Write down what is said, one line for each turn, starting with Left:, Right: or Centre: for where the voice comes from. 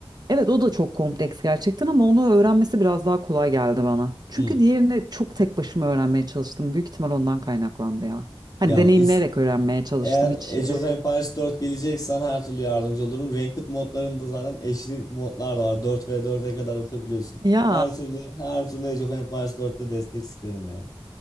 Right: Evet, o da çok kompleks gerçekten ama onu öğrenmesi biraz daha kolay geldi bana. Çünkü
Left: Hmm.
Right: diğerini çok tek başıma öğrenmeye çalıştım. Büyük ihtimal ondan kaynaklandı ya.
Left: Ya
Right: Hani deneyimleyerek
Left: is-
Right: öğrenmeye çalıştım
Left: Eğer
Right: hiç.
Left: Age
Right: e,
Left: of Empires 4 geleceksen her türlü yardımcı olurum. Ranked modlarında zaten eşli modlar da var. 4v4'e kadar atabiliyorsun.
Right: Ya
Left: Her türlü her türlü Age of Empires 4'te destek sıkarım yani.